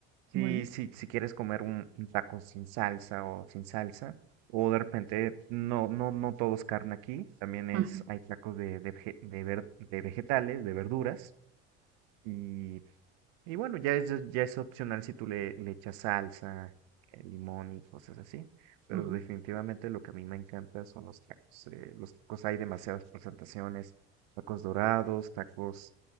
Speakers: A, on the right; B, on the right.
A: Si,
B: Bueno.
A: si, si quieres comer un, un taco sin salsa o sin salsa, o de repente, no, no, no todo es carne aquí, también es,
B: Ajá.
A: hay tacos de, de, vege- de ver- de vegetales, de verduras, y y bueno, ya es, ya es opcional si tú le, le echas salsa, eh, limón y cosas así. Pero
B: Ajá,
A: definitivamente lo que a mí me encanta son los tacos. eh, los tacos hay demasiadas presentaciones. Tacos dorados, tacos